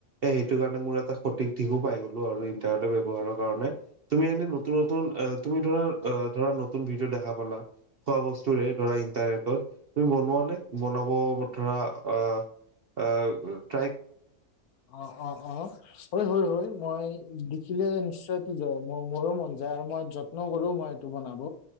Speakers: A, on the right; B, on the left.
A: এ সেইটো কাৰণে মোৰ এটা সঠিক দিশো পাই গলো আৰু ইণ্টাৰনেটৰ ব্যৱহাৰৰ কাৰণে তুমি এনে নতুন নতুন এ তুমি ধৰা এ ধৰা নতুন ভিডিঅ' দেখা পালা খোৱা বস্তুৰে ধৰা ইণ্টাৰনেটত। তুমি বনোৱা নে, বনাব ধৰা অ'
B: অ', অ', অ', হয়, হয়, হয়। মই দেখিলে নিশ্চয়টো মোৰো মন যায় আৰু মই যত্ন কৰোও মই এইটো বনাব